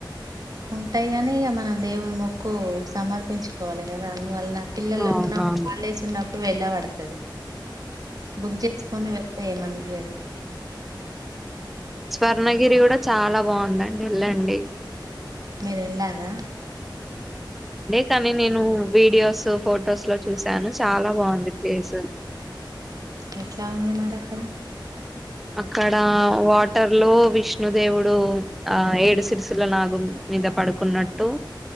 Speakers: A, on the right; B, in the centre.
A: ఉంటాయి కాని ఇగా మనం దేవుని మొక్కు సమర్పించుకోవాలి కదా అందువల్లన పిల్లల
B: అవునవును
A: ఉన్నప్పు హాలిడేస్ ఉన్నప్పుడు వెళ్ళ వడతది. బుక్ చేసుకొని వెళ్తే ఏం అనిపియది
B: స్వర్ణ గిరి కూడా చాలా బాగుంద వెళ్ళండి
A: మీరెళ్ళారా
B: కాని నేను వీడియోస్ ఫొటోస్ లో చూశాను చాలా బాగుంది ప్లేస్
A: ఎట్ల ఉంది మరి అక్కడ
B: అక్కడ వాటర్ లో విష్ణుదేవుడు ఆ ఏడు సిరుసుల నాగుం మీద పడుకున్నట్టు